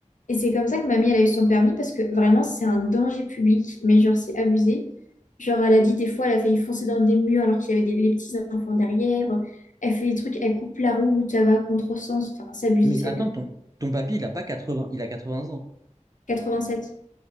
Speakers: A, on the left (about 85°); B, on the right (about 30°).
A: et c'est comme ça que mamie, elle a eu son permis parce que vraiment, c'est un danger public. Mais genre, c'est abusé. Genre, elle a dit des fois, elle a failli foncer dans des murs alors qu'il y avait des, les petits enfants derrière. Elle fait des trucs, elle coupe la route, elle va à contresens. Enfin, c'est abusé,
B: Mais
A: c'est
B: attends,
A: abusé.
B: ton, ton papy, il a pas 80, il a 80 ans.
A: 87.